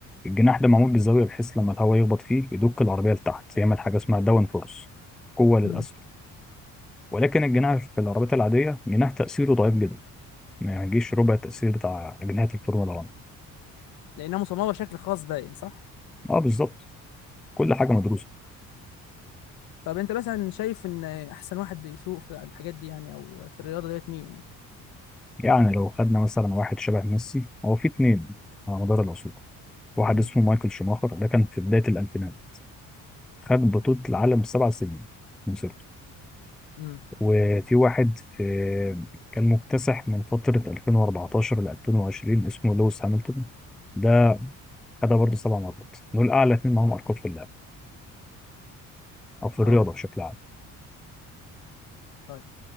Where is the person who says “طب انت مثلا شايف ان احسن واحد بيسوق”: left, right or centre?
Left